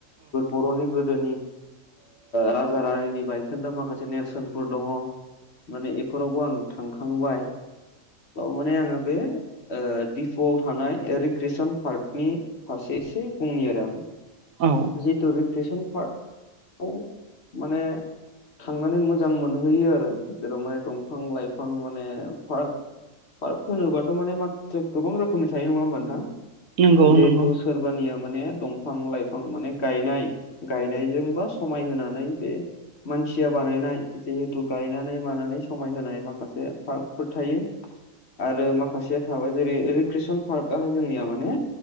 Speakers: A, on the left; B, on the right.
A: बर'नि गोदोनि राजा रानिनि बायखोन्दा माखासे नेरसोनफोर दङ। माने इफोरावबो आं थांखांबाय माने आङो बे दिफ'आव थानाय रिक्रेसन पार्कनि फारसे एसे बुंनि आरो आं
B: औ
A: जिथु रिक्रेसन पार्ख औ माने थांनानै मोजां मोनहैयो आरो जेराव माने दंफां लाइफां माने पार्क पार्क होनोबाथ' माने माखासे गोबां रोखोमनि थायो नङा होमबा नोंथां?
B: नंगौ
A: जिहेथु
B: नंगौ
A: सोरबानिया माने दं फां लाइफां माने गायनाय गायनायजोंबा समाय होनानै बे मानसिया बानायनाय जिहेथु गायनानै मानानै समायहाय माखासे पार्क फोर थायो आरो माखासेया थाबाय जेरै रिक्रेसन पार्कआहाय जोंनिया माने